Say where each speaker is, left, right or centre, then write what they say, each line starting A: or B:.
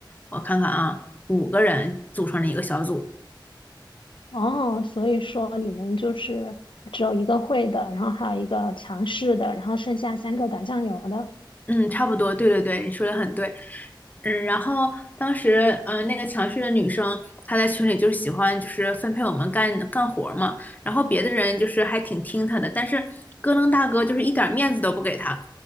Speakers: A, on the left; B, on the left.
A: 我看看啊。五个人组成了一个小组。
B: 哦，所以说你们就是只有一个会的，然后还有一个强势的，然后剩下三个打酱油的。
A: 嗯，差不多，对对对，你说的很对。嗯，然后当时，嗯、那个强势的女生，她在群里就是喜欢就是分配我们干干活儿嘛，然后别的人就是还挺听她的，但是咯楞大哥就是一点面子都不给她，